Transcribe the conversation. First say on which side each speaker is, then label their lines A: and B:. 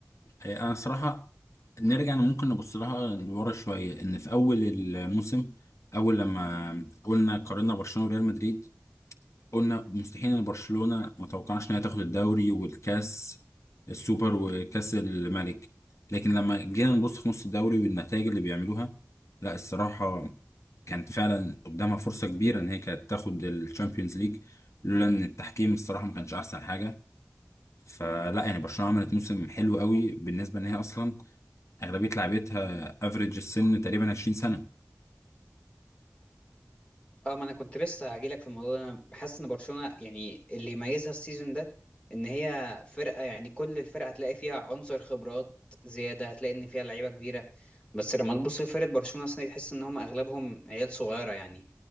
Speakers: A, on the left (about 80°); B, on the left (about 25°).
A: آه، انا صراحه نرجع ممكن نبص لها لورا شويه ان في اول الموسم اول لما قلنا قارنا برشلونه وريال مدريد قلنا مستحيل ان برشلونه ما توقعناش انها تاخد الدوري والكاس السوبر وكاس الملك لكن لما جينا نبص في نص الدوري والنتائج اللي بيعملوها لا الصراحه كانت فعلا قدامها فرصه كبيره ان هي كانت تاخد الشامبيونز ليج لولا ان التحكيم الصراحه ما كانش احسن حاجه فلا يعني برشلونه عملت موسم حلو قوي بالنسبه ان هي اصلا اغلبيه لعيبتها افريج السن تقريبا 20 سنه
B: اه ما انا كنت لسه هجيلك في الموضوع ده انا حاسس ان برشلونه يعني اللي يميزها السيزون ده ان هي فرقه يعني كل الفرقه هتلاقي فيها عنصر خبرات زياده هتلاقي ان فيها لعيبه كبيره بس لما تبص لفرقة برشلونة السنة دي تحس ان هم اغلبهم عيال صغيرة يعني